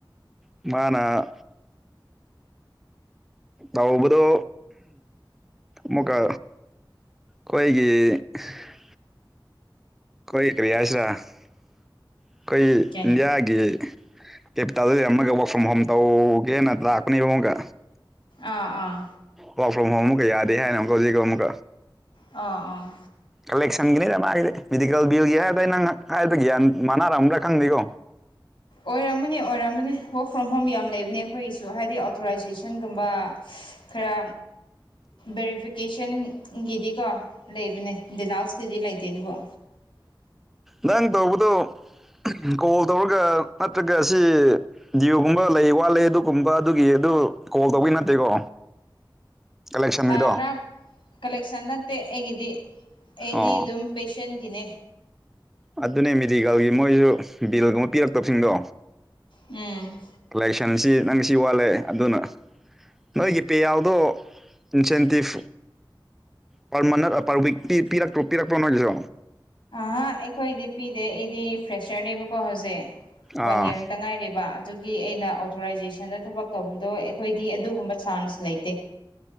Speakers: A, in the centre; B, on the left.
A: ꯃꯥꯅ ꯇꯎꯕꯗꯣ ꯃꯨꯀ ꯑꯩꯈꯣꯏꯒꯤ ꯑꯩꯈꯣꯏ ꯀ꯭ꯔꯤꯌꯥꯁꯤꯔꯥ ꯑꯩꯈꯣꯏ
B: ꯀꯩꯅꯣ
A: ꯏꯟꯗꯤꯌꯥꯒꯤ ꯀꯦꯄꯤꯇꯥꯜꯗ ꯂꯩꯔ ꯑꯃꯒ ꯋꯔꯥꯛ ꯐ꯭ꯔꯣꯝ ꯍꯣꯝ ꯇꯧꯒꯦꯅ ꯂꯥꯛꯀꯅꯦꯕ ꯑꯃꯒ
B: ꯑꯥ ꯑꯥ
A: ꯋꯥꯔꯥꯛ꯭ꯔꯣꯝꯣꯝ ꯑꯃꯛ ꯌꯥꯗꯦ ꯍꯥꯏꯅ ꯑꯃꯛꯖꯤꯛꯣ ꯑꯃꯛ
B: ꯑꯥ ꯑꯥ
A: ꯀꯂꯦꯛꯁꯟꯒꯤꯅꯤꯗ ꯃꯥꯒꯤꯗꯤ ꯃꯦꯗꯤꯀꯦꯜ ꯕꯤꯜꯒꯤ ꯍꯥꯏꯔꯗ ꯑꯩ ꯅꯪ ꯍꯥꯏꯗꯤ ꯒ꯭ꯟ ꯃꯥꯟꯅꯔꯝꯗ꯭ꯔꯥ ꯈꯪꯗꯦꯀꯣ
B: ꯑꯣꯏꯔꯝꯃꯅꯤ ꯑꯣꯏꯔꯝꯃꯅꯤ ꯋꯛ ꯐ꯭ꯔꯣꯝ ꯍꯣꯝ ꯌꯥꯝ ꯂꯩꯕꯅꯦ ꯑꯩꯈꯣꯏꯒꯤꯁꯨ ꯍꯥꯏꯗꯤ ꯑꯣꯊꯣꯔꯥꯏꯖꯦꯁꯟꯒꯨꯝꯕ ꯈꯔ ꯕꯦꯔꯤꯐꯤꯀꯦꯁꯟꯒꯤꯗꯤꯀꯣ ꯂꯩꯕꯅꯦ ꯗꯦꯅꯥꯎꯁꯀꯤꯗꯤ ꯂꯩꯇꯦ ꯑꯗꯨꯕꯨꯣ
A: ꯅꯪ ꯇꯧꯕꯗꯨꯣ ꯀꯣꯜ ꯇꯧꯔꯒ ꯅꯠꯇ꯭ꯔꯒ ꯑꯁꯤ ꯖꯤꯌꯣꯒꯨꯝꯕ ꯂꯩ ꯋꯥꯠꯂ ꯑꯗꯨꯒꯨꯝꯕ ꯑꯗꯨꯒꯤ ꯑꯗꯨ ꯀꯣꯜ ꯇꯧꯕꯤ ꯅꯠꯇꯦꯀꯣ ꯀꯂꯦꯛꯁꯟꯒꯤꯗꯣ
B: ꯑꯃꯔꯝ ꯀꯂꯦꯛꯁꯟ ꯅꯠꯇꯦ ꯑꯩꯒꯤꯗꯤ ꯑꯩꯗꯤ
A: ꯑꯣ
B: ꯑꯗꯨꯝ ꯄꯦꯁꯦꯟꯒꯤꯅꯦ
A: ꯑꯗꯨꯅꯦ ꯃꯦꯗꯤꯀꯦꯜꯒꯤ ꯃꯣꯏꯁꯨ ꯕꯤꯜꯒꯨꯝꯕ ꯄꯤꯔꯛꯇꯕꯁꯤꯡꯗꯣ
B: ꯎꯝ
A: ꯀꯂꯦꯛꯁꯟꯁꯤ ꯅꯪ ꯁꯤ ꯋꯥꯠꯂꯦ ꯑꯗꯨꯅ ꯅꯣꯏꯒꯤ ꯄꯦ ꯑꯎꯗꯣ incentive per month per week ꯄꯤ ꯄꯤꯔꯛꯇ꯭ꯔꯣ ꯄꯤꯔꯛꯄꯔꯣ ꯅꯣꯏꯒꯤꯁꯨ
B: ꯑ ꯑꯩꯈꯣꯏꯗꯤ ꯄꯤꯗꯦ ꯑꯩꯗꯤ ꯐ꯭ꯔꯦꯁꯔꯅꯦꯕꯀꯣ ꯍꯧꯖꯤꯛ
A: ꯑꯥ
B: ꯋꯥꯟ ꯌꯔꯇ ꯉꯥꯏꯔꯤꯕ ꯑꯗꯨ ꯒꯤ ꯑꯩꯅ ꯑꯣꯊꯣꯔꯥꯏꯖꯦꯁꯟꯗ ꯊꯕꯛ ꯇꯧꯕꯗꯣ ꯑꯩꯈꯣꯏꯗꯤ ꯑꯗꯨꯒꯨꯝꯕ ꯆꯥꯟꯁ ꯂꯩꯇꯦ